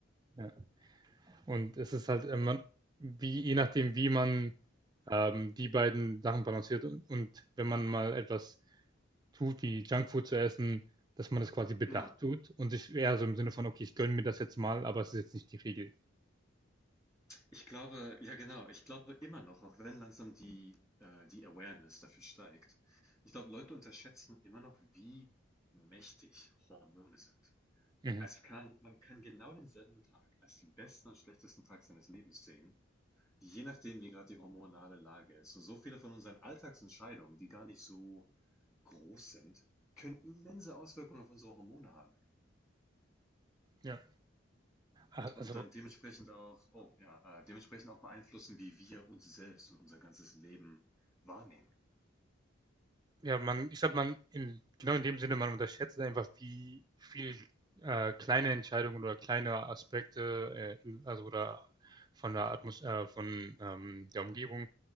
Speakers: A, on the right; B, on the left.
A: Ja. Und es ist halt, ähm, man, wie, je nachdem, wie man ähm, die beiden Sachen balanciert und, und wenn man mal etwas tut, wie Junkfood zu essen, dass man das quasi bedacht
B: Ja.
A: tut und sich eher so im Sinne von, okay, ich gönne mir das jetzt mal, aber es ist jetzt nicht die Regel.
B: Ich glaube, ja genau, ich glaube immer noch, auch wenn langsam die, äh, die Awareness dafür steigt. Ich glaube, Leute unterschätzen immer noch, wie mächtig Hormone sind.
A: Mhm.
B: Es kann, man kann genau denselben Tag als den besten und schlechtesten Tag seines Lebens sehen, je nachdem, wie gerade die hormonale Lage ist. Und so viele von unseren Alltagsentscheidungen, die gar nicht so groß sind, können immense Auswirkungen auf unsere Hormone haben.
A: Ja. Also
B: Und dann dementsprechend auch, oh ja, äh, dementsprechend auch beeinflussen, wie wir uns selbst und unser ganzes Leben wahrnehmen.
A: Ja, man, ich glaube, man, in, genau in dem Sinne, man unterschätzt einfach, wie viel äh, kleine Entscheidungen oder kleine Aspekte, äh, in, also oder von der Atmos äh, von ähm, der Umgebung,